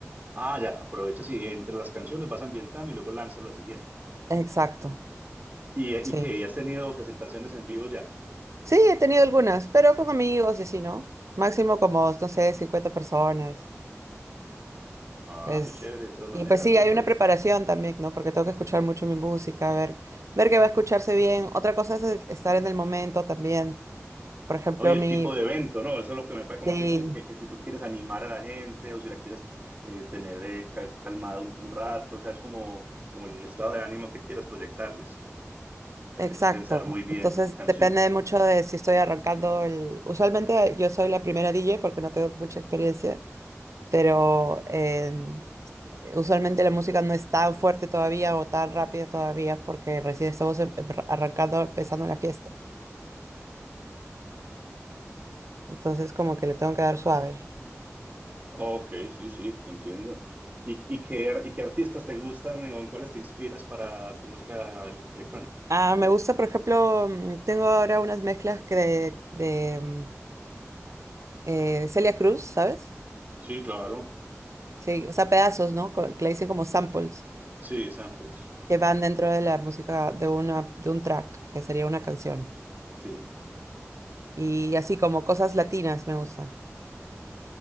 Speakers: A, on the right (about 35°); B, on the right (about 70°).
A: Ah, ya, aprovechas y entre las canciones vas ambientando y luego lanzas la siguiente.
B: Exacto,
A: ¿Y, y
B: sí.
A: qué? ¿Y has tenido presentaciones en vivo ya?
B: Sí, he tenido algunas, pero con amigos y así, ¿no? Máximo como, no sé, 50 personas,
A: Ah,
B: pues...
A: muy chévere, de todas maneras,
B: Y pues sí,
A: súper.
B: hay una preparación también, ¿no? Porque tengo que escuchar mucho mi música, ver, ver que va a escucharse bien. Otra cosa es estar en el momento también. Por ejemplo,
A: Oye, el
B: mi...
A: tipo de evento, ¿no? Eso es lo que me parece como
B: sí,
A: más difícil, porque que si tú quieres animar a la gente o si la quieres eh, tener eh, cal- calmada un, un rato, o sea, es como, como el estado de ánimo que quieras proyectarles. Hay
B: Exacto.
A: que pues, pensar muy bien
B: Entonces
A: qué canciones.
B: depende mucho de si estoy arrancando el... Usualmente yo soy la primera DJ porque no tengo mucha experiencia, pero eh, usualmente la música no es tan fuerte todavía o tan rápida todavía porque recién estamos em- em- arrancando, empezando la fiesta. Entonces como que le tengo que dar suave.
A: Ok, sí, sí, entiendo. ¿Y, y qué, ar- y qué artistas te gustan eh, o en cuáles te inspiras para tu música ele- electrónica?
B: Ah, me gusta, por ejemplo, mm, tengo ahora unas mezclas que de, de, mm, eh, Celia Cruz, ¿sabes?
A: Sí, claro.
B: Sí, o sea, pedazos, ¿no? Co- Que le dicen como samples.
A: Sí, samples.
B: que van dentro de la música de una, de un track, que sería una canción.
A: Sí.
B: Y así como cosas latinas me gustan.